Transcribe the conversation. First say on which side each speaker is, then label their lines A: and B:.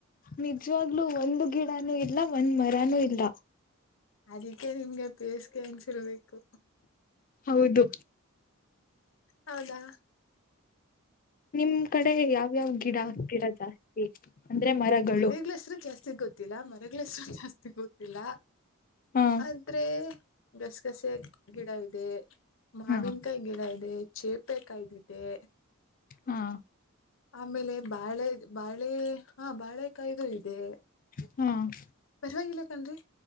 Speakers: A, on the left; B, on the left.
A: ನಿಜವಾಗ್ಲೂ ಒಂದು ಗಿಡನೂ ಇಲ್ಲ ಒಂದು ಮರನೂ ಇಲ್ಲ
B: ಅದಕ್ಕೆ ನಿಮ್ಗೆ ಬೇಸ್ಗೆ ಅನ್ಸಿರ್ಬೇಕು
A: ಹೌದು
B: ಹೌದಾ
A: ನಿಮ್ ಕಡೆ ಯಾವ್ಯಾವ್ ಗಿಡ ಹಾಕ್ತಿರಾ ಜಾಸ್ತಿ ಅಂದ್ರೆ ಮರಗಳು
B: ಗಿಡಗಳ ಹೆಸರು ಜಾಸ್ತಿ ಗೊತ್ತಿಲ್ಲ ಮರಗಳ ಹೆಸರು ಜಾಸ್ತಿ ಗೊತ್ತಿಲ್ಲ
A: ಹಾ
B: ಆದ್ರೆ ಗಸಗಸೆ ಗಿಡ ಇದೆ ಮಾವಿನಕಾಯಿ
A: ಹಾ
B: ಗಿಡ ಇದೆ ಚೇಪೆ ಕಾಯ್ದಿದೆ
A: ಹಾ
B: ಆಮೇಲೆ ಬಾಳೆ ಬಾಳೆ ಹಾ ಬಾಳೆ ಕಾಯಿದ ಇದೆ
A: ಹ್ಮ್
B: ಪರವಾಗಿಲ್ಲ ಕಣ್ರೀ